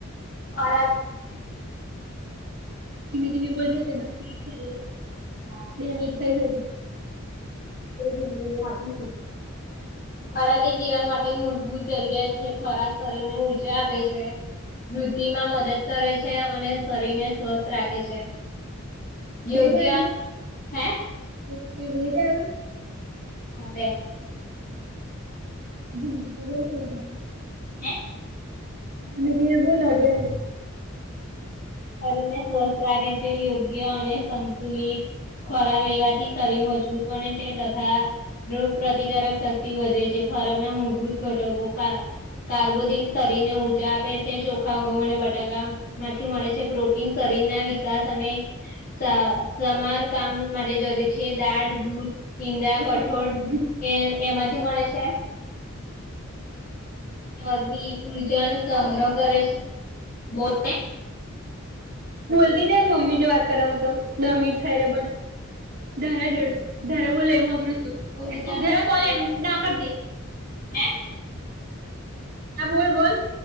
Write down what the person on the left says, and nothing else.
ના
હા.
અ દીને નું અતમ સ મારા જે જીવન માટે મૂળભૂત જરૂરિયાત છે ખોરાક શરીરને ઊર્જા આપે છે. વૃદ્ધિ માં મદદ કરે છે અને શરીર ને સ્વસ્થ રાખે છે. યોગ્ય
હે?
હોવે
હે?
શરીરને સ્વસ્થ રાખે છે. યોગ્ય અને સંતુલિત ખોરાક લેવાથી શરીર મજબૂત બને છે. તથા રોગ પ્રતિકારક શક્તિ વધે છે. ખોરાકના મૂળભૂત ઘટકો કા કાર્બોદીન શરીરને ઉર્જા આપે છે, ચોખા ઘઉં અને બ ટાકા માંથી મળે છે પ્રોટીન શરીરના વિકાસ અને સા સમારકામ માટે જરૂરી છે દાળ દૂધ ઈંડા, કઠોળ
એ એમાંથી મળે છે. ચરબી ઉર્જાનો સંગ્રહ કરે છે. બોલ
ઉર્જાનો
સંગ્રહ
હે